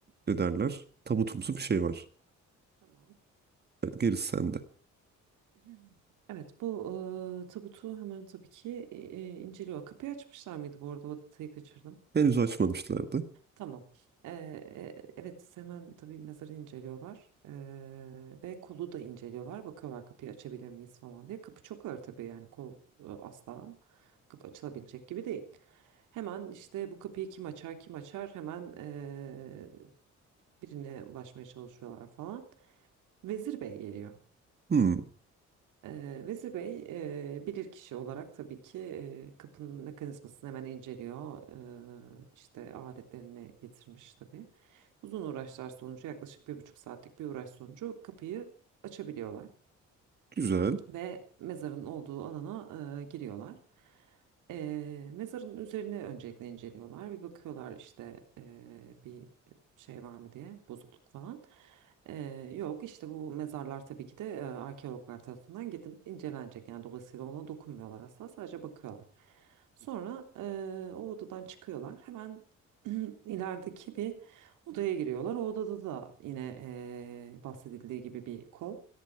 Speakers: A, on the right; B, on the right.
A: ne derler tabutumsu bir şey var.
B: Tamam.
A: Yani gerisi sende.
B: <laughs> Evet, bu e, tabutu hemen tabii ki e, inceliyor. Kapıyı açmışlar mıydı bu arada? O detayı kaçırdım.
A: Henüz açmamışlardı.
B: Tamam. E, e, evet, hemen tabii mezarı inceliyorlar. E, ve kolu da inceliyorlar. Bakıyorlar kapıyı açabilir miyiz falan diye. Kapı çok ağır tabii yani kol e, asla kapı açılabilecek gibi değil. Hemen işte bu kapıyı kim açar kim açar hemen e, birine ulaşmaya çalışıyorlar falan. Vezir Bey geliyor.
A: Hmm,
B: Ee, Vezir Bey e, bilir kişi olarak tabii ki e, kapının mekanizmasını hemen inceliyor. Ee, işte aletlerini getirmiş tabii. Uzun uğraşlar sonucu yaklaşık bir buçuk saatlik bir uğraş sonucu kapıyı açabiliyorlar
A: güzel.
B: ve mezarın olduğu alana e, giriyorlar. E, mezarın üzerine öncelikle inceliyorlar. Bir bakıyorlar işte e, bir şey var mı diye bozukluk falan. E, yok işte bu mezarlar tabii ki de e, arkeologlar tarafından gidip incelenecek. Yani dolayısıyla ona dokunmuyorlar asla sadece bakıyorlar. Sonra e, o odadan çıkıyorlar. Hemen <clears throat> ilerideki bir odaya giriyorlar. O odada da yine e, bahsedildiği gibi bir kol.